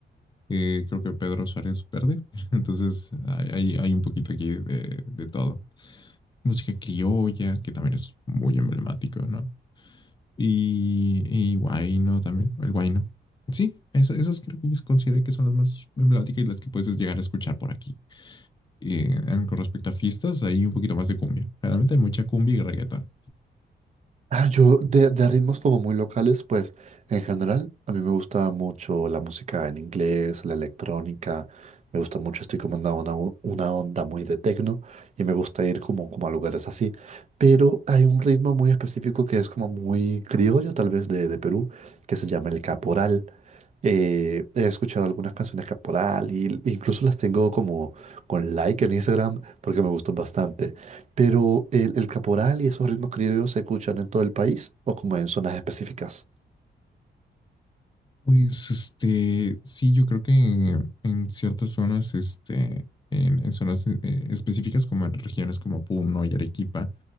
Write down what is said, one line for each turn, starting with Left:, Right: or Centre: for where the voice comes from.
Left: eh, creo que Pedro Suárez Verde. <laughs> Entonces hay, hay, hay un poquito aquí de, de todo. Música criolla, que también es muy emblemático, ¿no? Y, y guayno también, el guayno. Sí, esa- esas creo que yo considero que son las más emblemáticas y las que puedes llegar a escuchar por aquí. Eh, en- con respecto a fiestas, hay un poquito más de cumbia. Realmente hay mucha cumbia y reggaetón.
Right: Ah, yo de, de ritmos como muy locales, pues en general a mí me gusta mucho la música en inglés, la electrónica, me gusta mucho, estoy como en una onda, u- una onda muy de techno y me gusta ir como, como a lugares así. Pero hay un ritmo muy específico que es como muy criollo, tal vez de, de Perú, que se llama el caporal. Eh, he escuchado algunas canciones caporal y incluso las tengo como con like en Instagram porque me gustan bastante. Pero el, el caporal y esos ritmos criollos se escuchan en todo el país o como en zonas específicas.
Left: Pues, este, sí, yo creo que en, en ciertas zonas, este, en, en zonas eh, específicas como en regiones como Puno y Arequipa,